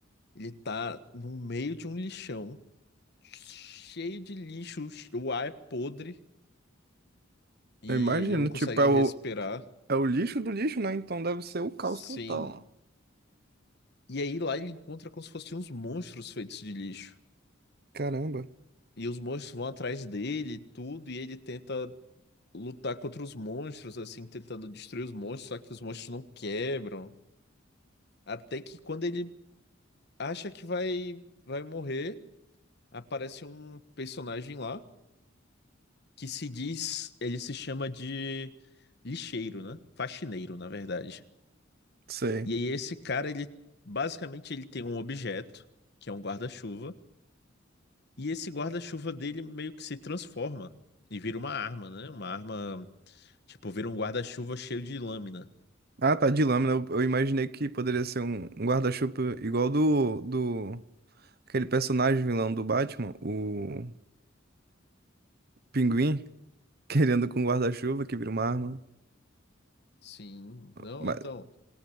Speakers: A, on the left (about 55°); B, on the right (about 50°).
A: ele tá no meio de um lixão, cheio de lixo, o ar é podre e
B: Eu imagino.
A: ele não consegue
B: Tipo, é o,
A: respirar.
B: é o lixo do lixo, né? Então deve ser o caos
A: Sim.
B: total.
A: E aí lá ele encontra como se fossem uns monstros feitos de lixo.
B: Caramba.
A: E os monstros vão atrás dele, e tudo, e ele tenta lutar contra os monstros, assim, tentando destruir os monstros, só que os monstros não quebram. Até que quando ele acha que vai vai morrer, aparece um personagem lá que se diz, ele se chama de lixeiro, né? Faxineiro, na verdade.
B: Sei.
A: E aí esse cara, ele basicamente ele tem um objeto, que é um guarda-chuva, e esse guarda-chuva dele meio que se transforma e vira uma arma, né? Uma arma, tipo, vira um guarda-chuva cheio de lâmina.
B: Ah, tá, de lâmina. Eu, eu imaginei que poderia ser um, um guarda-chuva igual do, do... Aquele personagem vilão do Batman, o Pinguim, <laughs> que ele anda com um guarda-chuva que vira uma arma.
A: Sim, não,
B: Mas-
A: então,